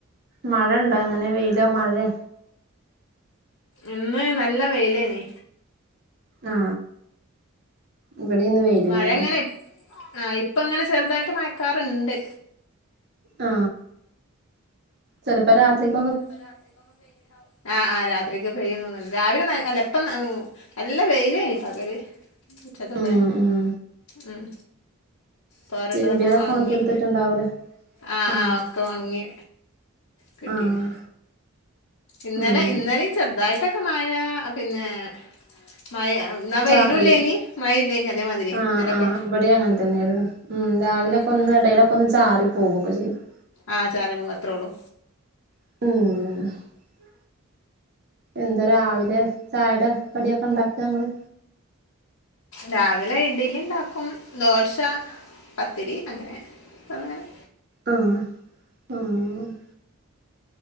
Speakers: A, on the right; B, on the left.
A: മഴണ്ടോ അങ്ങനെ വെയിലോ മഴയോ
B: ഇന്ന് നല്ല വെയിലാണ്
A: ആ ഇവിടേന്ന് വെയിലാണ്
B: മഴ
A: ഇന്നു
B: ഇങ്ങനെ ആഹ് ഇപ്പ അങ്ങനെ ചെറുതായിട്ട് മഴാക്കാറുണ്ട്
A: ആ ചിലപ്പോ രാത്രിക്ക്
B: ചിലപ്പോ രാത്രിലത്തേക്കുയൊക്കെ പെയ്യുണ്ടാവും ആഹ് ആ രാത്രിക്ക് പെയ്യുന്ന ഒന്നും രാവിലെ അല്ല ഇപ്പം നല്ല വെയിൽ ഇനി പകൽ ഉച്ചക്കൊക്കെ
A: ഉം ഉം
B: ഉം തോരടത്തുതൊക്കെ
A: തിരുമ്പിയതൊക്കെ
B: ഉണങ്ങി
A: ഉണക്കി എടുത്തിട്ടുണ്ടാവൂലേ
B: ആ
A: ആഹ്
B: ആ ഓക്കെ ഉണങ്ങി കിട്ടിന്
A: ആഹ്
B: ഇന്നലെ
A: ഉം
B: ഇന്നലെയും ചെറുതായിട്ടൊക്കെ വ്യക്തമായ പിന്നെ മഴ എന്നാ വെയിലുമില്ല
A: ചാറല്ലേ
B: ഇനി മഴയില്ല ഇനി അതേമാതിരി
A: ആം
B: ഇന്നലൊക്കെ
A: ആ അവിടെ അങ്ങനെ തന്നെയായിരുന്നു ഉം രാവിലെൊക്കെ
B: ഉം, ഉം.
A: ഒന്ന് ഇടയിലൊക്കെ ഒന്ന് ചാറി പോകും കു ചെയ <inaudible>
B: ആ ചറിപോകല്ല് അത്രേള്ളു
A: ഉം... എന്താ രാവിലെ ചായടെ കടിയൊക്കെ ഉണ്ടാക്കി നീങ്ങൾ
B: രാവിലെ ഇഡലി ഉണ്ടാക്കും ദോശ, പത്തിരി അങ്ങനെന്ന ഇങ്ങനെ
A: ആം ആം